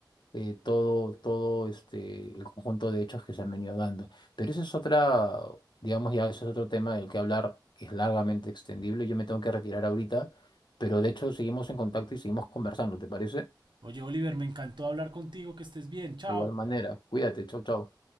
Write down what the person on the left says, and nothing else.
eh, todo, todo este, el conjunto de hechos que se han venido dando. Pero eso es otra, digamos, ya eso es otro tema del que hablar, que es largamente extendible. Yo me tengo que retirar ahorita, pero de hecho seguimos en contacto y seguimos conversando, ¿te parece? De
igual manera, cuídate, chau, chau.